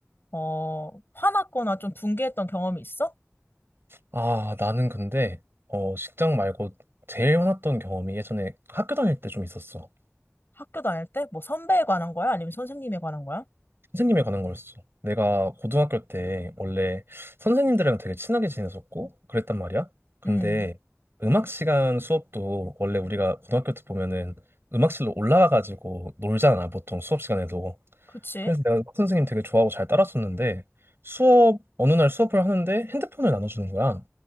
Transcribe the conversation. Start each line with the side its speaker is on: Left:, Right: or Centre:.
Left: 어, 화났거나 좀 분개했던 경험이 있어?
Right: 아 나는 근데 어 직장 말고 제일 화났던 경험이 예전에 학교 다닐 때 좀 있었어.
Left: 학교 다닐 때? 뭐 선배에 관한 거야? 아니면 선생님에 관한 거야?
Right: 선생님에 관한 거였어. 내가 고등학교 때 원래 선생님들이랑 되게 친하게 지냈었고 그랬단 말이야. 근데
Left: 음,
Right: 음악 시간 수업도 원래 우리가 고등학교 때 보면은 음악실로 올라가가지고 놀잖아, 보통 수업 시간에도.
Left: 그치?
Right: 그래서 내가 음악 선생님 되게 좋아하고 잘 따랐었는데 수업, 어느 날 수업을 하는데 핸드폰을 나눠주는 거야.